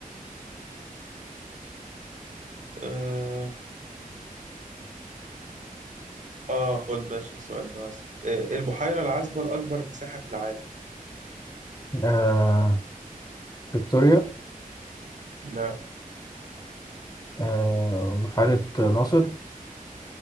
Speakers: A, on the right; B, on the left.
A: آه, آه خد باش السؤال ده مثلا آه البحيرة العذبة الأكبر مساحة في العالم
B: آه فيكتوريا
A: لا
B: آه بحيرة ناصر